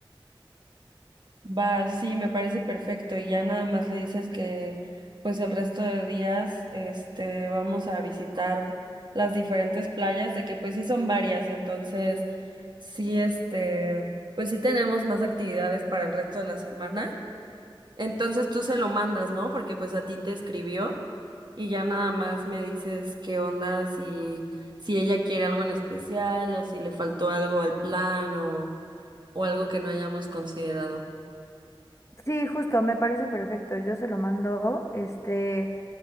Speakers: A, on the right; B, on the left.
A: Va, sí, me parece perfecto. Y ya nada más le dices que, pues el resto de días, este, vamos a visitar las diferentes playas, de que pues sí son varias, entonces sí, este, pues sí tenemos más actividades para el resto de la semana. Entonces tú se lo mandas, ¿no? Porque pues a ti te escribió y ya nada más me dices qué onda, si, si ella quiere algo en especial o si le faltó algo al plan o, o algo que no hayamos considerado.
B: Sí, justo, me parece perfecto. Yo se lo mando, este,